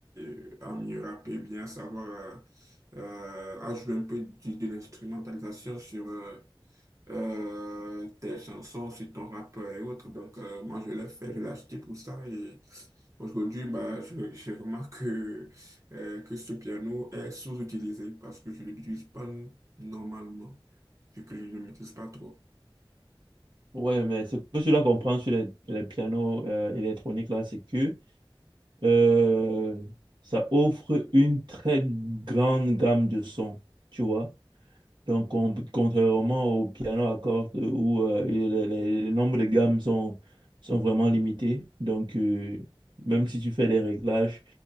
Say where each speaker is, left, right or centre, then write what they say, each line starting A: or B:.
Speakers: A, on the right (about 35°); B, on the right (about 55°).
A: euh, à mieux rapper, bien savoir euh, euh, à jouer un peu du- de, l'instrumentalisation sur euh, euh, tes chansons, sur ton rap et autres. Donc, euh, moi, je l'ai fait, je l'ai acheté pour ça. Et aujourd'hui, bah, je, je remarque que, euh, que ce piano est sous-utilisé parce que je ne l'utilise pas normalement, vu que je ne le maîtrise pas trop.
B: Ouais, mais ce que je dois comprendre sur les, les pianos euh, électroniques là, c'est que euh, ça offre une très grande gamme de sons, tu vois. Donc, con- contrairement au piano à cordes euh, où euh, et les, les- les nombres de gammes sont, sont vraiment limités. Donc, euh, même si tu fais des réglages,